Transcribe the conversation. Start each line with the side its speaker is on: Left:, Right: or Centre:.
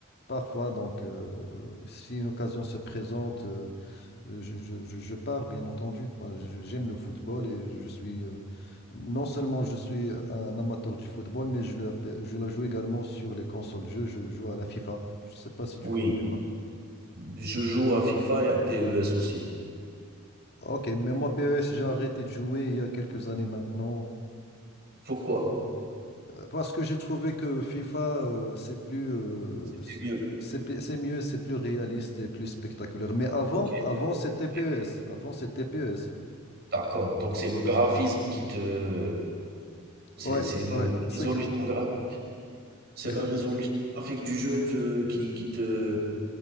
Left: parfois, donc, euh, si une occasion se présente, euh, Euh, Je, je- je- je pars, bien entendu. Moi, je- je- j'aime le football
Right: oui,
Left: et je suis, euh, non seulement je suis euh, un amateur du football, mais je, l'appelle- je la joue également sur les consoles de jeu. Je joue à la FIFA. Je sais pas si tu
Right: oui.
Left: joues à FIFA.
Right: Je joue à FIFA et à PES aussi.
Left: Ok, mais moi, PES, j'ai arrêté de jouer il y a quelques années maintenant
Right: pourquoi?
Left: euh, parce que j'ai trouvé que FIFA, euh, c'est plus, euh,
Right: C'était
Left: c'est
Right: mieux.
Left: c'est plus- c'est mieux, c'est plus réaliste et plus spectaculaire. Mais avant,
Right: OK,
Left: avant,
Right: ouais,
Left: c'était
Right: c'est vrai.
Left: PES. Avant, c'était PES.
Right: D'accord, donc c'est le graphisme qui te c'est
Left: Ouais,
Right: c'est le
Left: ouais,
Right: la
Left: c'est
Right: résolution
Left: gra-
Right: gra c'est
Left: gra-
Right: la résolution graphique du jeu de qui qui te